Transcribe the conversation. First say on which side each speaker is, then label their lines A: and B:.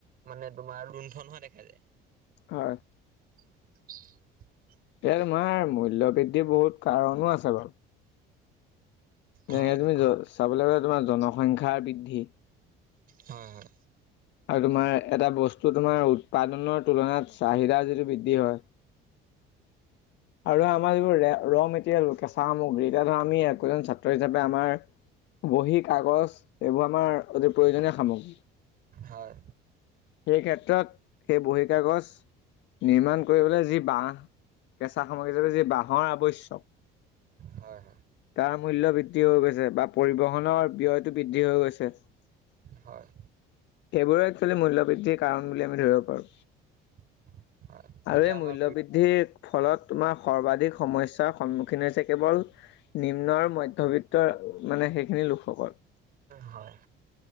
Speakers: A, on the right; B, on the left.
A: মানে তোমাৰ লুণ্ঠন হোৱা দেখা যায়।
B: হয়।
A: <unintelligible>
B: এ তোমাৰ মূল্য বৃদ্ধিৰ বহুত কাৰণো আছে বাৰু। তেনেকে
A: হয়
B: তুমি চাবলৈ গ'লে, তোমাৰ জনসংখ্যাৰ বৃদ্ধি।
A: হয় হয়।
B: আৰু তোমাৰ এটা বস্তু, তোমাৰ উৎপাদনৰ তুলনাত চাহিদা যিটো বৃদ্ধি হয়। আৰু আমাৰ যিবোৰ ৰ'মেটেৰিয়াল কেঁচা সামগ্ৰী। এতিয়া ধৰা আমি একোজন ছাত্ৰ হিচাপে আমাৰ বহী, কাগজ এইবোৰ আমাৰ অতি প্ৰয়োজনীয় সামগ্ৰী।
A: হয়।
B: সেই ক্ষেত্ৰত সেই বহী কাগজ নিৰ্মাণ কৰিবলৈ যি বাঁহ, কেঁচা সামগ্ৰী হিচাপে যি বাঁহৰ আৱশ্যক।
A: হয় হয়
B: তাৰ মূল্য বৃদ্ধি হৈ গৈছে বা পৰিবহনৰ ব্যয়টো বৃদ্ধি হৈ গৈছে। সেইবোৰেই
A: হয়
B: এক্সুৱেলি মূল্য বৃদ্ধিৰ কাৰণ বুলি আমি ধৰিব পাৰোঁ।
A: <unintelligible>
B: আৰু
A: এতিয়া
B: এই
A: আমাৰ
B: মূল্য বৃদ্ধিৰ ফলত তোমাৰ সৰ্বাধিক সমস্যাৰ সন্মুখীন হৈছে, কেৱল নিম্ন আৰু মধ্যবিত্ত মানে সেইখিনি লোকসকল।
A: হয়।